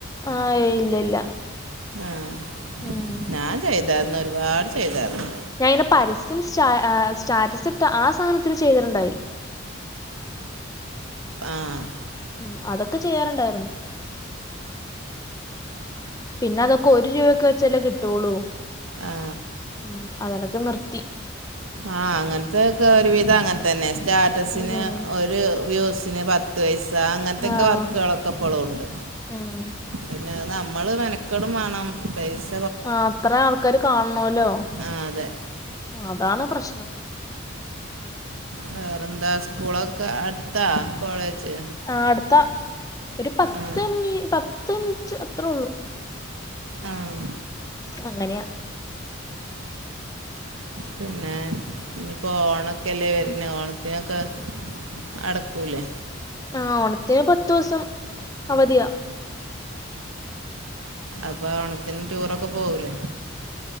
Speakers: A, on the left; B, on the right.
A: ആഹ് ഏയ് ഇല്ല ഇല്ല
B: ആഹ്
A: ഉം
B: ഞാൻ ചെയ് തായിരുന്നു ഒരുപാട് ചെയ്തായിരുന്നു.
A: ഞാൻ ഇന്ന് പരസ്യം സ് ആഹ് സ്റ്റാറ്റസ് ഇട്ട ആ സാധനത്തിന് ചെയ്തിട്ടുണ്ടായി.
B: ആഹ്
A: മ് അതൊക്കെ ചെയ്യാറുണ്ടായിരുന്നു. പിന്നെ അതൊക്കെ ഒരു രൂപക്ക് വെച്ചല്ലേ കിട്ടുള്ളു,
B: ആ
A: മ് അതൊണ്ടോക്കെ നിർത്തി.
B: ആഹ് അങ്ങനത്തെക്കെ ഒരു വിധം അങ്ങനെ തന്നെ സ്റ്റാ റ്റസിന്
A: ഉം
B: ഒരു വ്യൂസിന് പത് ത്ത് പൈസ അങ്ങനത്തൊക്കെ
A: ആഹ്
B: വർക്കുകളൊക്കെ ഇപ്പോളും ഉണ്ട്.
A: ഉം
B: പിന്നെ നമ്മള് മെനക്കെടും വേണം പൈസ്
A: ആഹ് അത്ര ആൾക്കാര് കാണണല്ലോ
B: ആ അതെ
A: അതാണ് പ്രശ്നം.
B: വേറെന്താ സ്കൂളൊക്കെ അടുത്താ കോളേജ്.
A: ആഹ് അടുത്ത, ഒരു പത്ത്
B: ആ
A: മി പത്ത് മിനിറ്റ് അത്രേ ഒള്ളു.
B: ആഹ്
A: അങ്ങനെയ.
B: പിന്നെ ഇനിപ്പോ ഓണൊക്കെല്ലേ വരുന്നെ. ഓണത്തിനൊക്കെ അടക്കൂല്ലേ.
A: ആ ഓണത്തിന് പത്തു ദിവസം അവധിയാ.
B: അപ്പൊ ഓണത്തിന് ടൂറൊക്കെ പോകൂലേ?